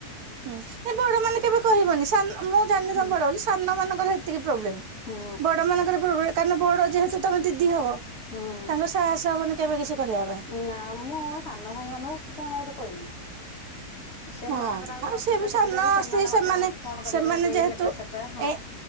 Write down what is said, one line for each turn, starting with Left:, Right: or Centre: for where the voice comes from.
Right: ହୁଁ ବଡ ମାନେ କେବେ କହିବନି ସାନ, ମୁଁ ଜାଣିନି ଯେ
Left: ହୁଁ
Right: ତମେ ବଡ ବୋଲି ସାନ ମାନଙ୍କର ଏତିକି ପ୍ରୋବ୍ଲେମ
Left: ହୁଁ
Right: ବଡ ମାନଙ୍କର ପ୍ରୋବ୍ଲେ କାରଣ ବଡ ଯେହେତୁ ତମେ ଦିଦି ହବ
Left: ହୁଁ
Right: ତାଙ୍କ ସାହସ ହବନି କେବେ କିଛି କହିବା ପାଇଁ।
Left: ନା ମୁଁ ମୋ ସାନ ଭାଇ ମାନଙ୍କୁ କଣ ଗୋଟେ କହିବି? ସେମାନଙ୍କର
Right: ହଁ
Left: ଆହୁରି
Right: ଆଉ
Left: ଅସୁବିଧା
Right: ସେ ବି
Left: ସୁବିଧାରେ
Right: ସାନ ଆସ ସେମାନେ
Left: ମତେ ଫୋନ କରି
Right: ସେମାନେ
Left: କରି ଦେଇ
Right: ଯେହେତୁ
Left: ଏଟା ସେଟା ହଁ
Right: ଏ